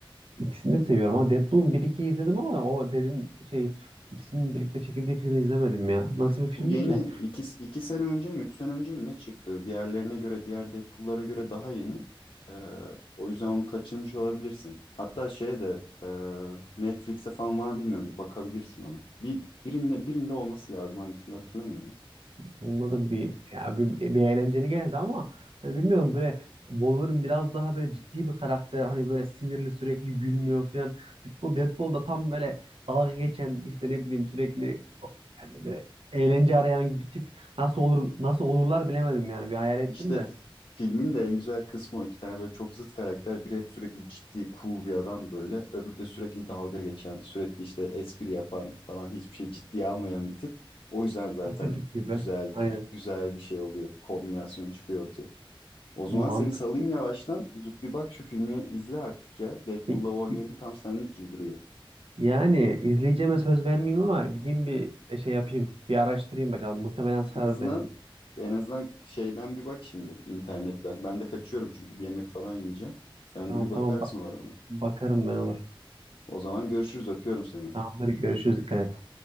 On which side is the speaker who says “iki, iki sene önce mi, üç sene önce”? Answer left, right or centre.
Left